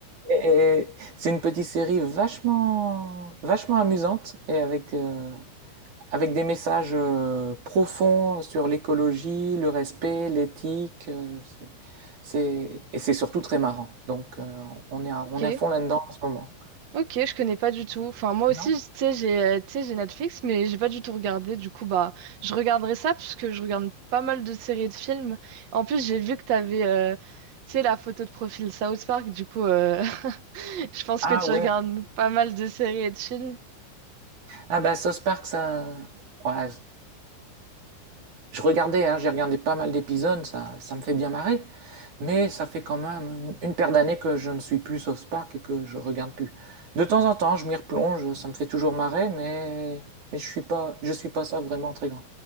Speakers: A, on the right; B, on the right.
A: Et C'est une petite série vachement, vachement amusante et avec, euh, avec des messages euh, profonds sur l'écologie, le respect, l'éthique. euh, c'est, c'est- et c'est surtout très marrant. Donc, euh, on est à,
B: Ok,
A: on est à fond là-dedans en ce moment.
B: ok, je connais pas du tout. Enfin, moi
A: Non?
B: aussi, tu sais, j'ai, euh, tu sais, j'ai Netflix, mais j'ai pas du tout regardé. Du coup, bah, je regarderai ça parce que je regarde pas mal de séries et de films. En plus, j'ai vu que t'avais, euh, tu sais, la photo de profil South Park. Du coup, euh, <laughs> je pense
A: Ah
B: que tu
A: ouais.
B: regardes pas mal de séries et de films.
A: Ah bah, South Park, ça. ouais, je regardais, hein, j'ai regardé pas mal d'épisodes, ça, ça me fait bien marrer. Mais ça fait quand même une, une paire d'années que je ne suis plus South Park et que je regarde plus. De temps en temps, je m'y replonge, ça me fait toujours marrer, mais, mais je suis pas, je suis pas ça vraiment très grand.